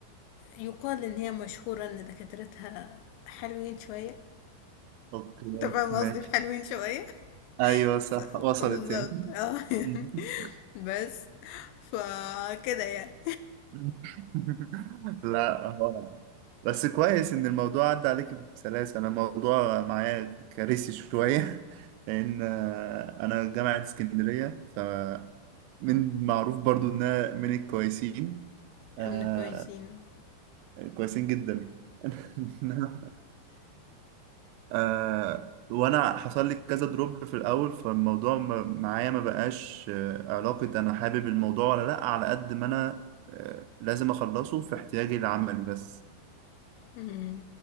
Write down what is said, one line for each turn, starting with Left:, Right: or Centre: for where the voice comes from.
Left: يقال ان هي مشهورة ان دكاترتها حلوين شوية
Right: اوكي
Left: انت فاهم
Right: ماشي
Left: قصدي بحلوين شوية
Right: ايوه صح
Left: <laughs>
Right: وصلت
Left: بالظبط
Right: يعني
Left: اه يعني
Right: <laughs>
Left: بس فكده يعني
Right: <laughs> لا هو بس كويس ان الموضوع عدى عليك بسلاسة انا الموضوع معايا كارثي شوية <laughs> لان آه، انا جامعة اسكندرية فمن معروف برضو انها من الكويسين
Left: من
Right: آه
Left: الكويسين
Right: كويسين جدا <laughs> آه وانا حصل لي كذا دروب في الاول فالموضوع ما- معايا ما بقاش آه، علاقة انا حابب الموضوع ولا لا على قد ما انا آه، لازم اخلصه في احتياجي العملي بس
Left: امم